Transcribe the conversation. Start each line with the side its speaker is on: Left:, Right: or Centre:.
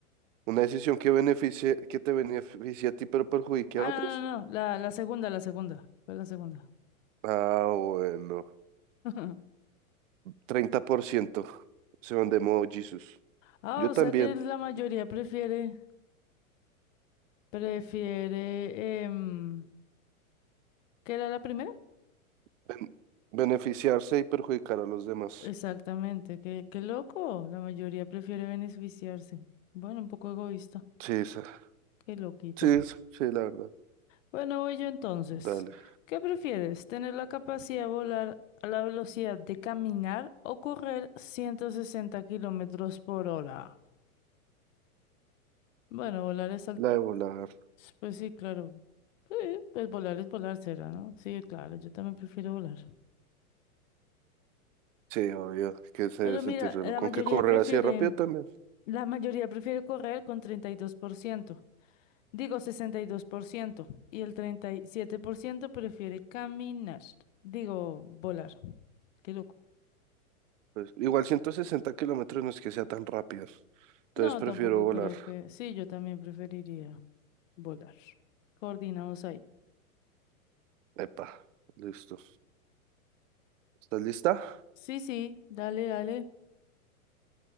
Right: Una decisión que beneficie, que te beneficie a ti, pero perjudique
Left: Ah,
Right: a otros.
Left: no, no, no. La, la segunda, la segunda. Fue la segunda.
Right: Ah, bueno.
Left: <laughs>
Right: 30% se van de modo Jesús
Left: Ah,
Right: Yo
Left: o
Right: también.
Left: sea que la mayoría prefiere, prefiere, em, ¿qué era la primera?
Right: Ben- beneficiarse y perjudicar a los demás.
Left: Exactamente. Qué, qué loco. La mayoría prefiere beneficiarse. Bueno, un poco egoísta.
Right: Sí, esa.
Left: Qué loquito.
Right: Sí, esa. Sí, la verdad.
Left: Bueno, voy yo entonces.
Right: Dale.
Left: ¿Qué prefieres? ¿Tener la capacidad de volar a la velocidad de caminar o correr 160 kilómetros por hora? Bueno, volar es al...
Right: La de volar.
Left: Pues sí, claro. Sí, pues volar es volar será, ¿no? Sí, claro, yo también prefiero volar.
Right: Sí, obvio, que se
Left: Pero
Right: debe sentir
Left: mira,
Right: reloj.
Left: la
Right: Con
Left: mayoría
Right: que correr
Left: prefiere...
Right: así de rápido también.
Left: La mayoría prefiere correr con 32%. Digo 62%. Y dos por ciento. Y el 37% prefiere caminar. Digo, volar. Qué loco.
Right: Pues, igual 160 kilómetros no es que sea tan rápido. Entonces
Left: No,
Right: prefiero
Left: tampoco
Right: volar.
Left: creo que. Sí, yo también preferiría volar. Coordinamos ahí.
Right: Epa, listo. ¿Estás lista?
Left: Sí, sí, dale, dale.